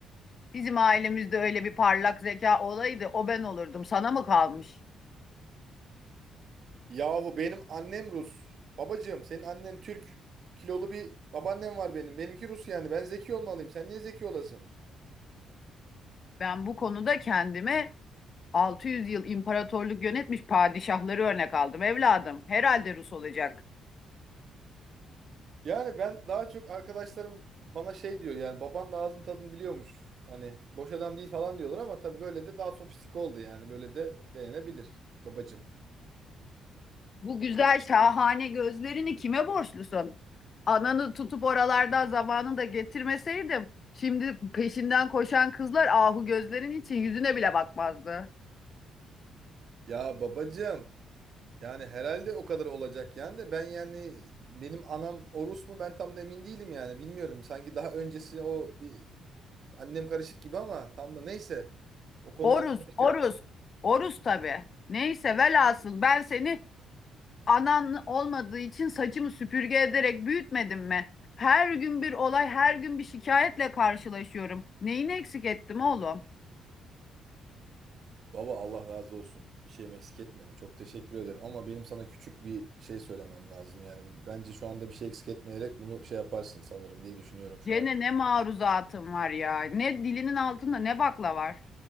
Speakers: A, on the left; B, on the right.
A: Bizim ailemizde öyle bir parlak zeka olaydı o ben olurdum. Sana mı kalmış?
B: Yahu benim annem Rus. Babacım senin annen Türk. Kilolu bir babaannem var benim. Benimki Rus yani. Ben zeki olmalıyım. Sen niye zeki olasın?
A: Ben bu konuda kendime 600 yıl imparatorluk yönetmiş padişahları örnek aldım evladım. Herhalde Rus olacak.
B: Yani ben daha çok arkadaşlarım bana şey diyor yani baban da ağzın tadını biliyormuş. Hani boş adam değil falan diyorlar ama tabii böyle de daha sofistik oldu yani. Böyle de denenebilir babacım.
A: Bu güzel şahane gözlerini kime borçlusun? Ananı tutup oralardan zamanında getirmeseydim, şimdi peşinden koşan kızlar ahu gözlerin için yüzüne bile bakmazdı.
B: Ya babacım yani herhalde o kadar olacak yani de ben yani benim anam o Rus mu ben tam da emin değilim yani bilmiyorum. Sanki daha öncesi o bir annem karışık gibi ama tam da neyse o konular
A: Oruz,
B: karışık.
A: Oruz, Oruz tabii. Neyse velhasıl ben seni anan olmadığı için saçımı süpürge ederek büyütmedim mi? Her gün bir olay, her gün bir şikayetle karşılaşıyorum. Neyini eksik ettim oğlum?
B: Baba Allah razı olsun. Bir şeyim eksik etmedin. Çok teşekkür ederim. Ama benim sana küçük bir şey söylemem lazım. Yani bence şu anda bir şey eksik etmeyerek bunu şey yaparsın sanırım diye düşünüyorum şu
A: Gene
B: an.
A: ne maruzatım var ya. Ne dilinin altında ne bakla var.